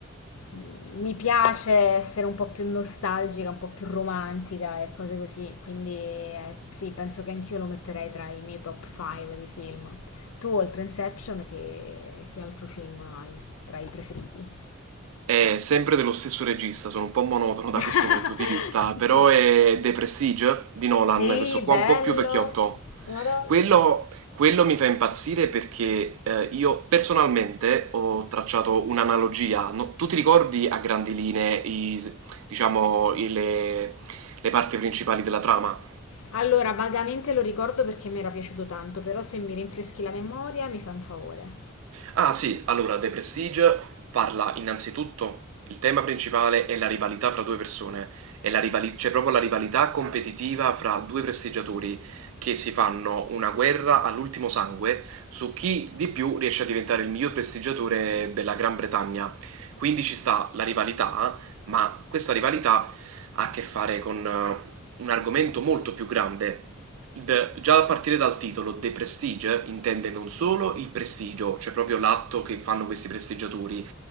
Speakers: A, on the left (about 85°); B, on the right (about 85°).
A: mm, mi piace essere un po' più nostalgica, un po' più romantica e cose così, quindi eh, sì, penso che anch'io lo metterei tra i miei top 5 di film. Tu, oltre Inception, che che altro film hai? tra i preferiti.
B: È sempre dello stesso regista, sono un po' monotono da
A: <laughs>
B: questo punto di vista, però è The Prestige di Nolan,
A: sì,
B: questo qua
A: bello.
B: un po' più vecchiotto.
A: Madonna.
B: Quello, quello mi fa impazzire perché eh, io personalmente ho tracciato un'analogia. No- tu ti ricordi a grandi linee i- diciamo, i- le le parti principali della trama?
A: Allora, vagamente lo ricordo perché mi era piaciuto tanto, però se mi rinfreschi la memoria mi fa un favore.
B: Ah sì, allora The Prestige parla innanzitutto, il tema principale è la rivalità fra due persone, è la rivali- c'è proprio la rivalità competitiva fra due prestigiatori che si fanno una guerra all'ultimo sangue su chi di più riesce a diventare il miglior prestigiatore della Gran Bretagna. Quindi ci sta la rivalità, ma questa rivalità ha a che fare con eh, un argomento molto più grande. The già a partire dal titolo, The Prestige, intende non solo il prestigio, cioè proprio l'atto che fanno questi prestigiatori